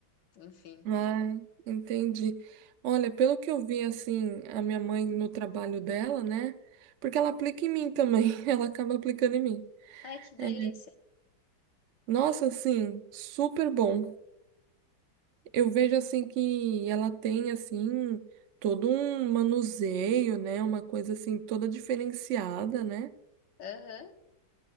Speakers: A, on the left; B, on the right.
A: Enfim.
B: Ah, entendi. Olha, pelo que eu vi assim, a minha mãe no trabalho dela, né? Porque ela aplica em mim também, <laughs> ela acaba aplicando em mim.
A: Ai, que delícia.
B: É, Nossa, assim, super bom. Eu vejo assim que ela tem assim todo um manuseio, né? Uma coisa assim toda diferenciada, né?
A: Aham.